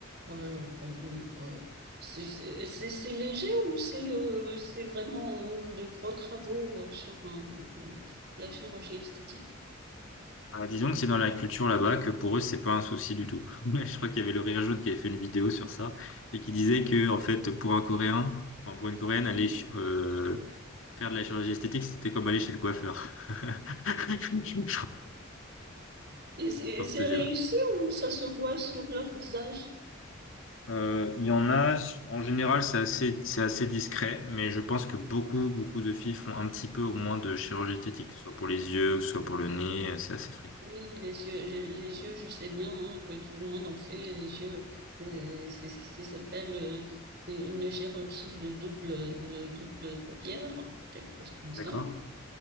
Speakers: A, on the right (about 50°); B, on the left (about 80°).
A: Euh, bon, on, euh, c'est c'est- c'est- c'est léger ou c'est euh, c'est vraiment euh, de gros travaux euh, sur euh, la chirurgie esthétique?
B: Ah, disons que c'est dans la culture là-bas que pour eux, c'est pas un souci du tout. <laughs> Je crois qu'il y avait le Rire Jaune qui avait fait une vidéo sur ça et qui disait que, en fait, pour un Coréen, enfin, pour une Coréenne,
A: Mhm.
B: aller euh, Faire de la chirurgie esthétique, c'était comme aller chez le coiffeur. <laughs> C'est
A: Et, c'est et
B: pour
A: c'est
B: te dire.
A: réussi ou ça se voit sur leur visage?
B: Euh, Il y en a, en général, c'est assez, c'est assez discret, mais je pense que beaucoup, beaucoup de filles font un petit peu au moins de chirurgie esthétique, que ce soit pour les yeux, que ce soit pour le nez, c'est assez fréquent.
A: Oui, les yeux, les, les yeux, je sais bien hein, que tout le monde en fait les yeux. euh, C'est ce qui s'appelle euh, une chirurgie de double, de double paupière, hein, quelque chose comme
B: D'accord?
A: ça.